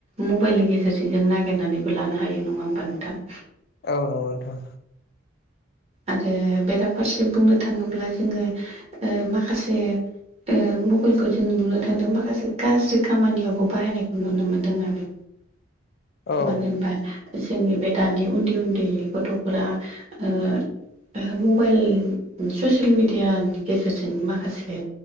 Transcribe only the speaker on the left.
औ नंगौ नोंथां
औ